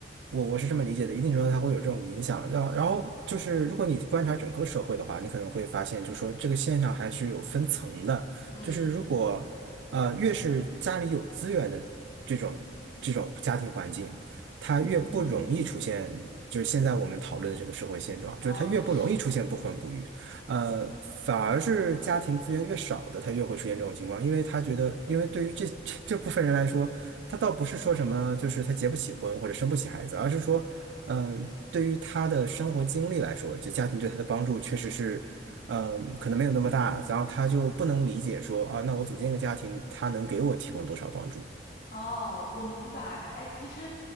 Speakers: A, on the right (about 80°); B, on the left (about 50°).
A: 我我是这么理解的，一定程度上它会有这种影响。然后，然后就是，如果你观察整个社会的话，你可能会发现，就说这个现象还是有分层的。
B: 嗯
A: 就是如果呃越是家里有资源的这种这种家庭环境，它越不容易出现，
B: 嗯，
A: 就是现在我们讨论的这个社会现状，就是它越不容易出现不婚不育。
B: 哦，也是。
A: 呃，反而是家庭资源越少的，他越会出现这种情况，因为他觉得，因为对于这 <laughs> 这部分人来说。他倒不是说什么，就是他结不起婚或者生不起孩子，而是说，嗯、对于他的生活经历来说，就家庭对他的帮助确实是，嗯、可能没有那么大，然后他就不能理解说啊，那我组建一个家庭，他能给我提供多少帮助？
B: 哦，我明白。哎，其实